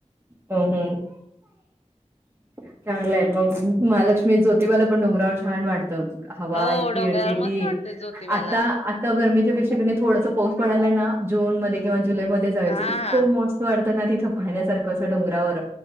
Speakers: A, on the right; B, on the left.
A: हम्म चांगलंय मग महालक्ष्मी, ज्योतिबाला पण डोंगरावर छान वाट हवा
B: हो
A: इतकी
B: डोंगरावर
A: होती
B: मस्त
A: ती
B: वाटतय ज्योतिबाला
A: आता आता गरमी त्यापेक्षा किनी थोडास पाऊस पडायलाय ना जून मध्ये किंवा जुलैमध्ये जायच
B: हा
A: इतकं मस्त वाटतं ना पाहण्यासारखं असं डोंगरावर